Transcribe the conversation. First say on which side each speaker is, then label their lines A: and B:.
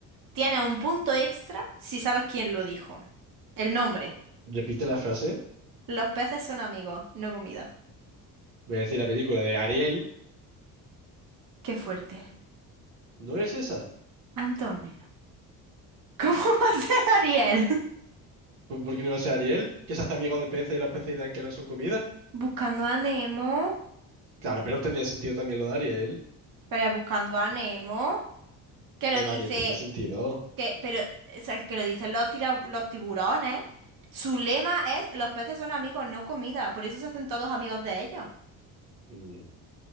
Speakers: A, on the right (about 45°); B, on the right (about 80°).
A: tiene un punto extra si sabes quién lo dijo. El nombre.
B: Repite la frase.
A: Los peces son amigos, no comida.
B: Voy a decir la película de Ariel.
A: Qué fuerte.
B: ¿No es esa?
A: Antonio. ¿Cómo <laughs> va a ser Ariel?
B: Pues, ¿Por qué no va a ser Ariel? Que se hace amigo de peces y los peces dan que no son comida.
A: Buscando a Nemo,
B: Claro, pero tenía sentido también lo de Ariel.
A: pero buscando a Nemo, que lo
B: Pero
A: dice,
B: Ariel tenía sentido.
A: que, pero, o sea, que lo dicen los, tira- los tiburones. Su lema es, los peces son amigos, no comida, por eso se hacen todos amigos de ellos.
B: Mm,